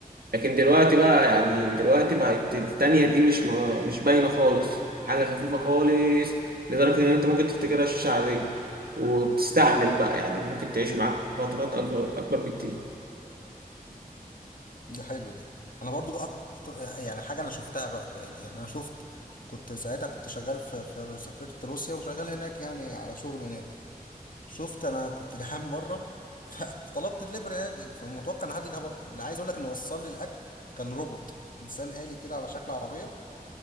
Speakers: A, on the right; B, on the left.
A: لكن دلوقتي بقى يعني دلوقتي بقت التانية دي مش م- مش باينة خالص حاجة خفيفة خالص لدرجة إن أنت ممكن تفتكرها شاشة عادية وبتستحمل بقى يعني ممكن تعيش معاك فترات أكبر أكبر بكتير
B: ده حلو ده انا برضو اكتر يعني حاجه انا شفتها بقى فعلي يعني انا شفت كنت ساعتها كنت شغال في, في سافرت روسيا وشغال هناك يعني على شغل هناك شفت انا كنت جعان مره <laughs> فطلبت دليفري عادي فمتوقع ان حد يجي اللي عايز اقول لك انه وصل لي الاكل كان روبوت انسان آلي كده على شكل عربيه